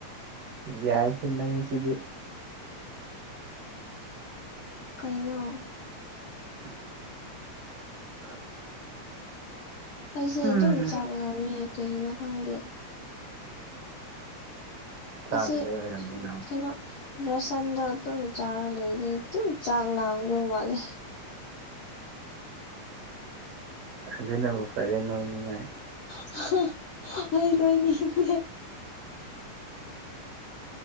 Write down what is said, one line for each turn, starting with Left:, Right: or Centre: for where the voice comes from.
Right: ꯌꯥꯏ ꯍꯦ ꯅꯪꯁꯤꯗꯤ
Left: ꯀꯩꯅꫭ
Right: <inaudible> <inaudible>
Left: ꯑꯩꯁꯦ
Right: ꯍꯨꯝ
Left: ꯑꯗꯨꯝ ꯆꯥꯛ ꯂꯥꯃꯤ ꯀꯩꯒꯤꯅꯣ ꯈꯪꯗꯦ
Right: ꯆꯥꯗꯕꯩ
Left: ꯑꯁꯤ
Right: ꯑꯣꯏꯔꯝꯅꯤ ꯅꯪ
Left: ꯀꯩꯅꯣ ꯔꯁꯟꯗꯣ ꯑꯗꯨꯝ ꯆꯥꯔ ꯂꯩꯗꯤ ꯑꯗꯨꯝ ꯆꯥꯛ ꯂꯥꯡꯗꯧ ꯃꯥꯜꯂꯦ
Right: ꯑꯗꯨꯅꯕ ꯐꯔꯦ ꯅꯣꯏꯅꯤꯡꯉꯥꯏ
Left: <unintelligible> ꯑꯩꯅꯣꯏꯅꯤꯡꯗꯦ